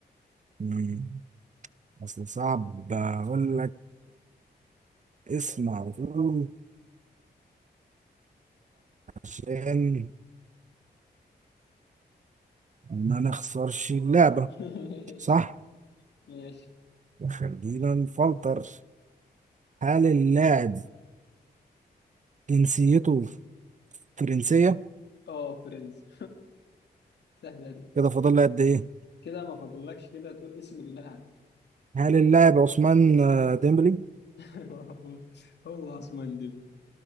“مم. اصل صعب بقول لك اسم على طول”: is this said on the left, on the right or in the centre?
Right